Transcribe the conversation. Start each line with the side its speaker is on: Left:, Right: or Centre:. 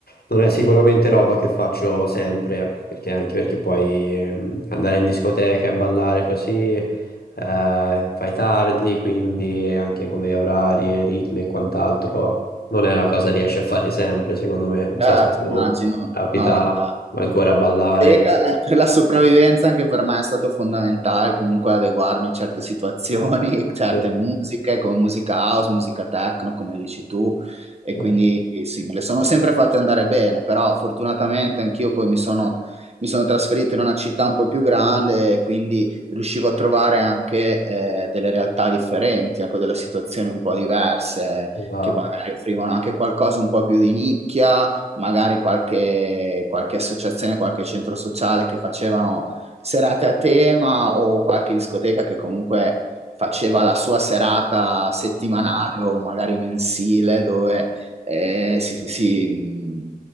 Left: Non è sicuramente roba che faccio sempre, perché anche perché poi ehm, andare in discoteca e ballare così eh, fai tardi, quindi anche come orari, ritmi e quant'altro non è una cosa che riesci a fare sempre, secondo me. Non
Right: Certo,
Left: so se tu
Right: immagino.
Left: capita,
Right: No, guarda,
Left: vai
Right: sì.
Left: ancora a ballare.
Right: Teca, la- per la sopravvivenza anche per me è stato fondamentale comunque adeguarmi a certe situazioni, <laughs> certe
Left: Sì,
Right: musiche, come musica house, musica techno, come dici tu, e
Left: sì,
Right: quindi sì, me le sono sempre fatte andare bene, però fortunatamente anch'io poi mi sono, mi sono trasferito in una città un po' più grande, e quindi riuscivo a trovare anche eh, delle realtà differenti, ecco, delle situazioni un po' diverse,
Left: sì, esatto.
Right: che magari offrivano anche qualcosa un po' più di nicchia magari qualche, qualche associazione, qualche centro sociale che facevano serate a tema o qualche discoteca che comunque faceva la sua serata settimanale o magari mensile dove eh, si, si-